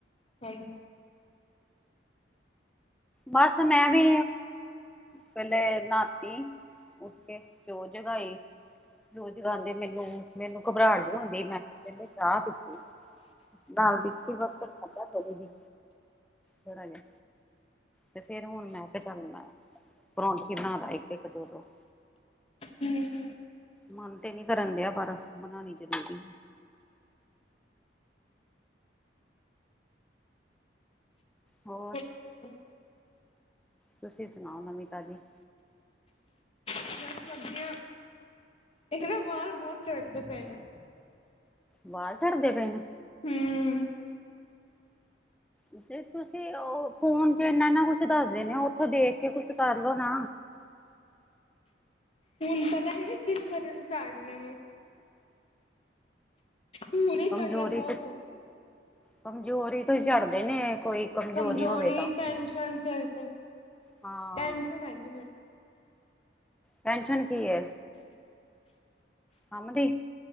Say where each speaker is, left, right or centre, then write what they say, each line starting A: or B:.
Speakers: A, on the left (about 35°); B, in the centre.
A: ਹਾਂ
B: ਬਸ ਮੈਂ ਵੀ ਪਹਿਲੇ ਨਹਾਤੀ। ਉੱਠ ਕੇ ਜੋ ਜਗਾਈ, ਜੋ ਜਗਾਉਂਦੇ ਮੈਨੂੰ ਮੈਨੂੰ ਘਬਰਾਟ ਵੀ ਹੋਣ ਦੀ ਮੈਂ ਤੇ ਪਹਿਲੇ ਚਾਹ ਪੀਤੀ। ਨਾਲ ਬਿਸਕੁਟ, ਬਾਸਕੁਟ ਅੱਧਾਂ ਥੋੜੀ ਜ ਥੋੜਾ ਜਿਹਾ ਤੇ ਫੇਿਰ ਹੁਣ ਮੈਂ ਕਿ ਕਰਨਾ। ਪਰੌਠੀ ਬਣਾਦਾ ਇੱਕ-ਇੱਕ, ਦੋ-ਦੋ
A: ਹਮ
B: ਮਨ ਤੇ ਨਹੀ ਕਰਨ ਦਿਆ ਪਰ। ਬਣਾਉਣੀ ਜ਼ਰੂਰੀ ਹੈ। ਹੋਰ।
A: ਹਮ।
B: ਤੁਸੀਂ ਸੁਣਾਓ ਨਵੀ ਤਾਜੀ?
A: ਬੱਸ ਵਧੀਆ। ਇੱਕ ਨਾ ਵਾਲ ਬਹੁਤ ਚੜਦੇ ਪਏ ਨੇ?
B: ਵਾਲ ਛੱਡਦੇ ਪਏ ਨੇ?
A: ਹਮਮ।
B: ਜੇ ਤੁਸੀਂ ਉਹ ਫੋਨ ਚ ਇਨਾ ਇਨਾ ਕੁਛ ਦੱਸਦੇ ਨੇ। ਉੱਥੋਂ ਦੇਖ ਕੇ ਕੁਛ ਕਰਲੋ ਨਾ।
A: ਹੁਣ ਪਤਾ ਨਹੀਂ ਨਾ ਕਿਸ ਵਜੇ ਤੋਂ ਚਾੜ ਰਹੇ ਨੇ। ਹੁਣੇ
B: ਕਮਜ਼ੋਰੀ,
A: ਝੜ ਰਿਹਾ ਬਹੁਤ
B: ਤੇ ਕਮਜ਼ੋਰੀ ਤੋਂ ਹੀ ਝੜਦੇ ਨੇ ਏਹ ਕੋਈ।
A: ਕਮਜ਼ੋਰੀ,
B: ਹੋਵੇ ਤਾਂ
A: ਟੈਨਸ਼ਨ ਸਿਰ ਤੇ
B: ਹਾਂ
A: ਟੈਨਸ਼ਨ ਹੈਗੀ ਮੈਨੂੰ।
B: ਟੈਨਸ਼ਨ ਕੀ ਹੈ, ਕੰਮ ਦੀ?